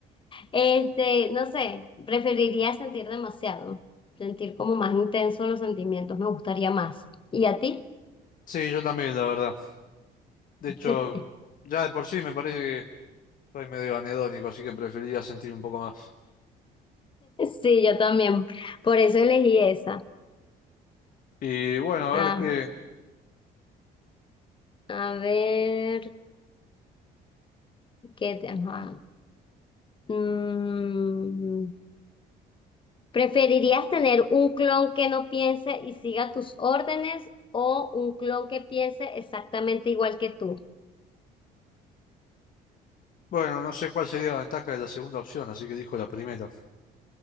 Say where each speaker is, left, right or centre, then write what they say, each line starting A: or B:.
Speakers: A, on the left (about 30°); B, on the left (about 55°).
A: Este, no sé, preferiría sentir demasiado, sentir como más intenso los sentimientos, me gustaría más. ¿Y a ti?
B: Sí, yo también, la verdad. De
A: <laughs>
B: hecho, ya de por sí me parece que soy medio anedónico, así que preferiría sentir un poco más.
A: Sí, yo también, por eso elegí esa.
B: Y bueno,
A: Ajá.
B: a ver qué.
A: A ver, ¿qué te... ajá. Mm, ¿Preferirías tener un clon que no piense y siga tus órdenes o un clon que piense exactamente igual que tú?
B: Bueno, no sé cuál sería la ventaja de la segunda opción, así que dijo la primera.